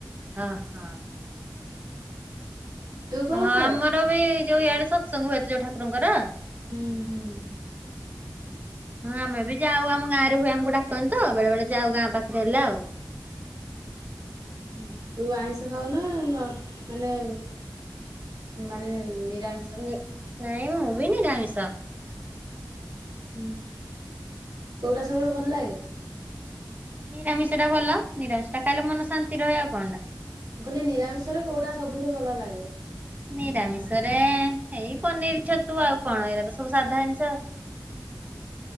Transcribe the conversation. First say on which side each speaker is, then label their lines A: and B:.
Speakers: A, on the right; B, on the right.
A: ଅ ହଁ। ହଁ।
B: ତୁ କଣ
A: ହଁ
B: ଖାଉ?
A: ଆମର ବି ଯୋଉ ଇଆଡେ ସତସଙ୍ଗହୁଏ ଯୋଉ ଠାକୁରଙ୍କର।
B: ହୁଁ ହୁଁ।
A: ହଁ ଆମେ ବି ଯାଉ ଆମ ଗାଁ ରେ ହୁଏ ଆମକୁ ଡାକନ୍ତି ତ ବେଳେ ବେଳେ ଯାଉ ଗାଁ ପାଖରେ ହେଲେ ଆଉ।
B: ହଁ ତୁ ଆଇଁଷ ଖାଉ ନା ନ ମାନେ ମାନେ ନିରାମିଷ।
A: ନି ନାଇଁ ମୁଁ ବିି ନିରାମିିସ।
B: ହୁଁ କୋଉଟା ସବୁଠୁ ଭଲ ଲାଗେ?
A: ନିରାମିଷ ଟା ଭଲ ନିରାମିଷ ଟା ଖାଇଲେ ମନ ଶାନ୍ତି ରହେ ଆଉ କଣଟା।
B: ମୁଁ କହିଲି ନିରାମିଷରେ କଉଟା ସବୁଠୁ ଭଲ ଲାଗେ?
A: ନିରାମିଷ ରେ ଏଇ ପନିର ଛତୁ ଆଉ କଣ ଏଇରା ତ ସବୁ ସାଧା ଜିନିଷ ଆଉ।